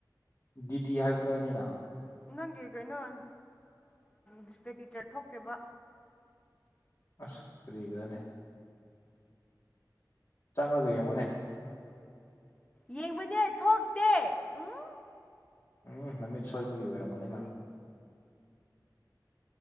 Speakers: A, on the left; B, on the left.
A: ꯗꯤꯗꯤ ꯍꯥꯏꯕꯗꯣ ꯑꯩꯅꯤꯅ
B: ꯅꯪꯒꯤ ꯀꯩꯅꯣ ꯑꯥ ꯗꯤꯁꯄ꯭ꯂꯦ ꯄꯤꯛꯆꯔ ꯊꯣꯛꯇꯦꯕ
A: ꯑꯁ ꯀꯔꯤꯒꯤꯔꯥꯅꯦ ꯆꯪꯂꯒ ꯌꯦꯡꯉꯨꯅꯦ
B: ꯌꯦꯡꯕꯅꯦ ꯊꯣꯛꯇꯦ ꯎꯝ
A: ꯎꯝ ꯅꯃꯤꯠ ꯁꯣꯏꯕꯒꯤ ꯑꯣꯏꯔꯝꯒꯥꯅꯤ ꯅꯪ